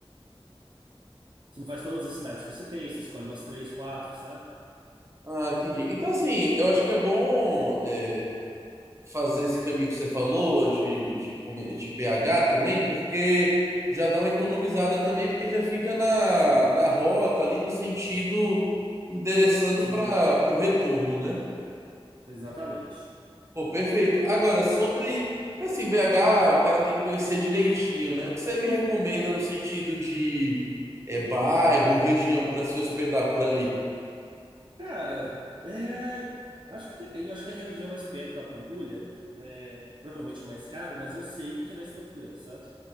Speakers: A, on the right; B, on the right.
A: você não faz todas as cidades que eu citei, você escolhe umas três, quatro, sabe?
B: Ah, entendi. Então, assim, eu acho que é bom é, fazer esse caminho que você falou de, de, come- de BH também, porque já dá uma economizada também, porque já fica na, na rota ali no sentido endereçando
A: Sim,
B: para o retorno, né?
A: exatamente.
B: Pô, perfeito. Agora, sobre, porque, assim, BH, o cara tem que conhecer direitinho, né? O que você me recomenda no sentido de é, bairro, região para se hospedar por ali?
A: Cara, é, acho que depende. Acho que a região mais perto da Pampulha é, provavelmente é mais caro, mas eu sei que é mais tranquilo, sabe?